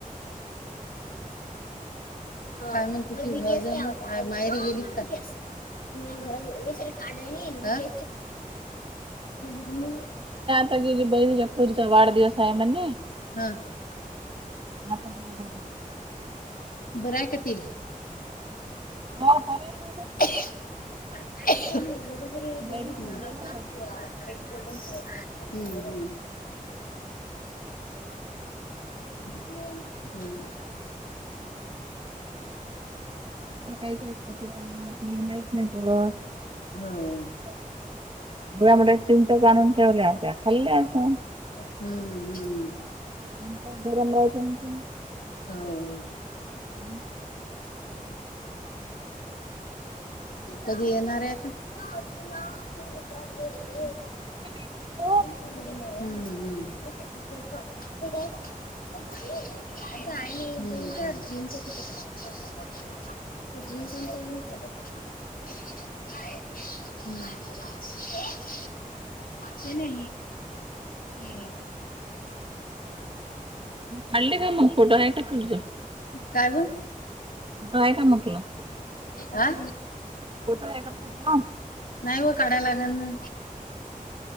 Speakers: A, on the left; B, on the right.
A: काय म्हणती, तुझी भाऊजई आज माहेरी गेलीत काय? हा
B: कुठे गेली बाई, तिच्या पोरीचा वाढदिवसा आहे म्हणे
A: हा.
B: हा पण दोघे जण
A: बरं हाय तील
B: हो बरी <unintelligible>
A: ह हम्म.
B: लेडीज दिलं
A: हम्म.
B: बोला
A: हम्म.
B: काही काय करतेत आपलेला माहीत नाही पूरतं
A: हो
B: ह बोंबलत चिंच आणून ठेवल्या होत्या खाल्ल्या असणं.
A: हम्म, हम्म.
B: तुम्ही काय गरम राहय टेन्शन
A: हो.
B: हम्म.
A: कधी येणार आहे आता. <unintelligible>
B: <unintelligible>
A: हम्म. हम्. हम्म. हम्म. तुझी सून काय नाही केलं काय. <inaudible> ते नाही हे
B: खाल्ले का मग खोट नाही का तुझं.
A: काय हो?
B: फोटो आहे का म्हटलं
A: आ
B: फोटो आहे काय फोटो.
A: नाही व काढाय लागल ना,